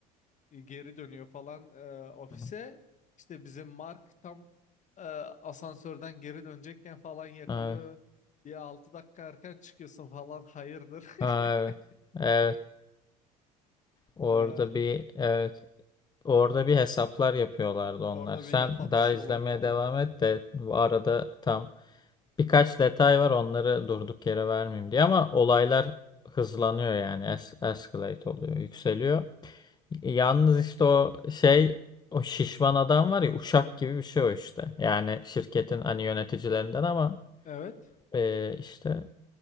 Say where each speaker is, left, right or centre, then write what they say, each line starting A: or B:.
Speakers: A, on the left; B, on the left.
A: e, geri dönüyor falan e, ofise.
B: aha.
A: İşte bizim Mark tam e, asansörden geri dönecekken falan yakalıyor
B: Evet.
A: diye 6 dakika erken çıkıyorsun falan hayırdır.
B: Ha,
A: <laughs>
B: evet. Evet. Orada
A: E,
B: bir evet. Orada bir hesaplar yapıyorlardı onlar.
A: orada
B: Sen
A: bir laf atışıyorlar
B: daha izlemeye
A: falan.
B: devam
A: E,
B: et de bu arada tam birkaç detay var onları durduk yere vermeyeyim diye ama olaylar hızlanıyor yani es escalate oluyor, yükseliyor. Yalnız işte o şey o şişman adam var ya uşak gibi bir şey o işte. Yani şirketin hani yöneticilerinden ama
A: Evet.
B: e, işte